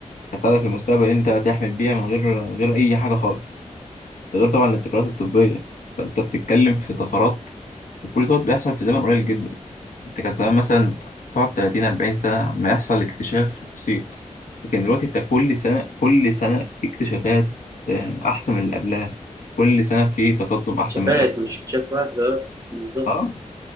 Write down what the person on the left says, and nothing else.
هتساعدك في المستقبل ان انت هتحمل بيها من غير من غير اي حاجه خالص ده غير طبعا الابتكارات الطبيه فانت بتتكلم في طفرات وكل دوت بيحصل في زمن قليل جدا انت كان زمان مثلا تقعد 30 40 سنة عما يحصل اكتشاف بسيط لكن دلوقتي انت كل سنة كل سنة في اكتشافات آه، أحسن من اللي قبلها كل سنة في تقدم أحسن
من اللي قبلها
اه